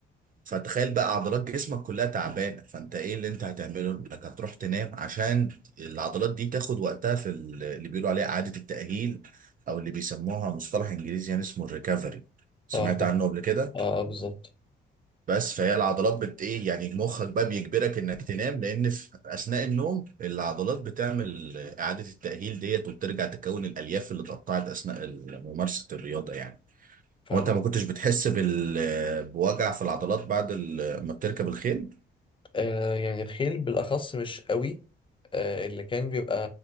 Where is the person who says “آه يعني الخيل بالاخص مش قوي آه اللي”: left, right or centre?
Left